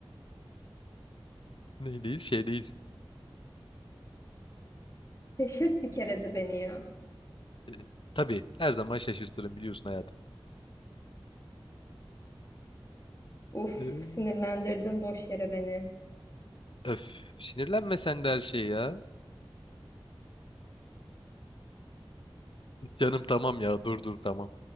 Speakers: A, on the left (about 65°); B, on the left (about 35°).
A: <laughs> Neydeyiz? Şeydeyiz.
B: Şaşırt bir kere de beni ya.
A: Ee, tabii her zaman şaşırtırım biliyorsun hayatım.
B: Uf
A: Ee,
B: sinirlendirdin boş yere beni.
A: öf. Sinirlenme sen de her şeye ya. Canım tamam ya dur dur tamam.